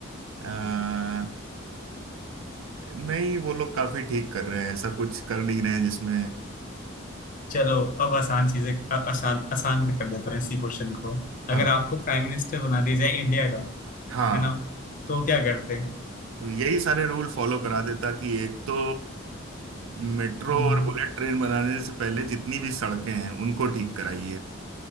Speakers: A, on the right (about 75°); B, on the left (about 40°).
A: अ, नहीं वो लोग काफी ठीक कर रहे हैं ऐसा कुछ कर नहीं रहे हैं जिसमें
B: चलो अब आसान चीजें आ- आसान आसान कर देता हूँ इसी क्वेश्चन को अगर
A: हाँ
B: आपको प्राइम मिनिस्टर बना दिया जाए इंडिया का
A: हाँ
B: है ना तो क्या करते
A: यही सारे रूल फॉलो करा देता कि एक तो मेट्रो
B: हम्म,
A: और बुलेट ट्रेन बनाने से पहले जितनी भी सड़कें हैं उनको ठीक कराइए